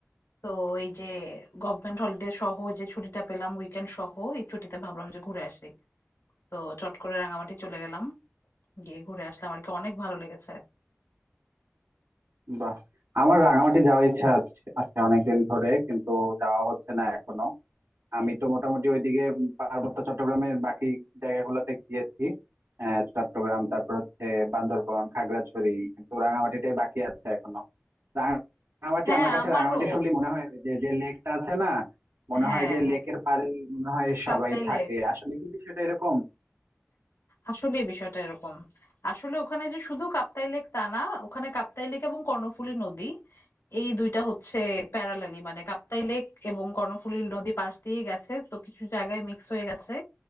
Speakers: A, on the left; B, on the right.
A: তো এই যে গভর্নমেন্ট হলিডে সহ যে ছুটিটা পেলাম উইকেন্ড সহ এই ছুটিতে ভাবলাম যে ঘুরে আসি তো চট করে রাঙামাটি চলে গেলাম গিয়ে ঘুরে আসলাম আর কি অনেক ভালো লেগেছে
B: বাহ আমার রাঙামাটি যাওয়ার ইচ্ছা আছে আছে অনেকদিন ধরে কিন্তু যাওয়া হচ্ছে না এখনো আমি তো মোটামুটি ওইদিকে পার্বত্য চট্টগ্রামের বাকি জায়গাগুলোতে গিয়েছি আহ চট্টগ্রাম তারপর হচ্ছে বান্দরবন খাগড়াছড়ি কিন্তু রাঙামাটিটাই বাকি আছে এখনো রাঙামাটি
A: হ্যাঁ
B: আমার কাছে
A: আমারও
B: রাঙামাটি শুনলে মনে হয় ওই যে যে লেকটা আছে না মনে
A: হ্যাঁ
B: হয় যে
A: হ্যাঁ,
B: লেকের পাড়ে মনে হয় সবাই
A: কাপ্তাই
B: থাকে
A: লেক
B: আসলে কি বিষয়টা এরকম
A: আসলে বিষয়টা এরকম আসলে ওখানে যে শুধু কাপ্তাই লেক তা না ওখানে কাপ্তাই লেক এবং কর্ণফুলী নদী এই দুইটা হচ্ছে প্যারালালি মানে কাপ্তাই লেক এবং কর্ণফুলী নদী পাশ দিয়ে গেছে তো কিছু জায়গায় মিক্স হয়ে গেছে